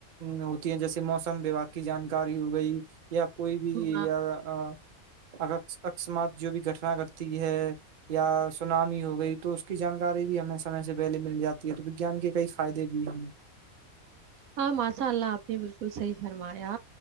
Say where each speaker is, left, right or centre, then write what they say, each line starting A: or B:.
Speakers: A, on the right; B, on the right.
A: ہوتی ہے جیسے موسم وباگ کی جانکاری ہو گئی یا کوئی بھی
B: ہاں
A: ا اکسمات جو بھی گھٹنا کرتی ہے یا سناامی ہو گئی تو اس کی جانکاری بھی ہمیں سمے سے پہلے مل جاتی ہے وجان کے کئی فائدے بھی ہیں
B: ہاں ماشاء اللہ آپ نے بالکل صحیح فرمایا